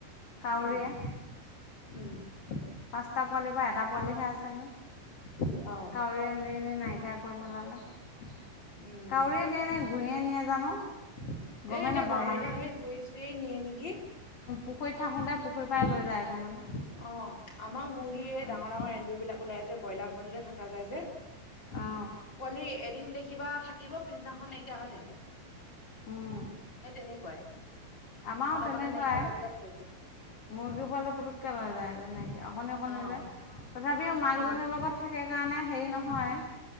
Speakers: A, on the left; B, on the left.
A: কাউৰীয়া
B: উম উম
A: পাঁচটা পোৱালি বা এটা পোৱালিহে আছেগৈ
B: অহ
A: কাউৰী নি নি নাইকিয়া কৰি পেলালে
B: উম
A: কাউৰীয়ে নিয়ে নে গুৰিয়ে নিয়ে জানো গমেই
B: এ এতিয়া
A: নাপাওঁ
B: গৰম
A: মানে।
B: দিনৰ আহি গুছোৱেই নিয়ে নেকি
A: পুখুৰীত থাকোঁতে পুখুৰীৰ পৰাৰাই লৈ যায় আগৌ মানে
B: অ আমাৰ মুৰ্গীয়ে
A: তেনে
B: ডাঙৰ ডাঙৰ এন্দুৰ বিলাক ওলাই যে ব্ৰইলাৰ ঘৰটোতে থকা যায় যে
A: অঁ
B: পোৱালি এদিন দেখিবা থাকিব পিছদিনাখন নাইকিয়া হৈ থাকে
A: উম
B: সেই তেনেকুৱাই
A: আমাৰো
B: কটকতে
A: তেনেকুৱাই
B: নাইকিয়া কৰি পেলাই থৈ দিয়ে
A: মুৰ্গী পোৱালো পুটকৈ লৈ যায় এক নাইকৈ অকণনি অকণনি
B: অ',
A: যায় তথাপিও মাকজনীৰ
B: উম,
A: লগত থাকে কাৰণে হেৰি নহয়